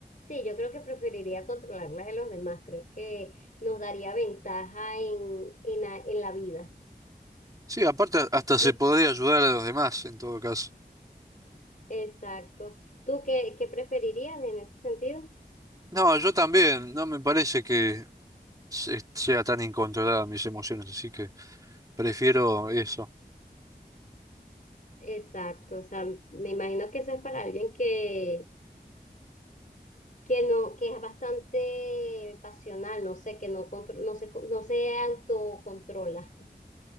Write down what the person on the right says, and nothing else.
Sí, aparte hasta se
podría ayudar a los demás en todo caso.
No, yo también, no me parece que se- sea tan incontrolada mis emociones, así que prefiero eso.